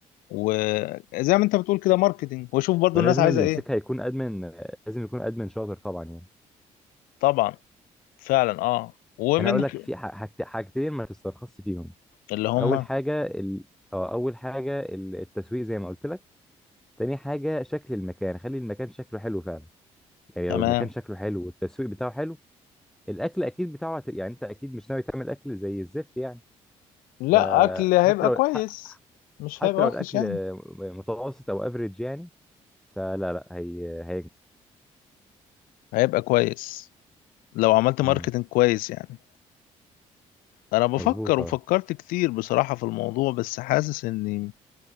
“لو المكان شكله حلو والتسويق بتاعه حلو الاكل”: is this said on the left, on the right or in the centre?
Centre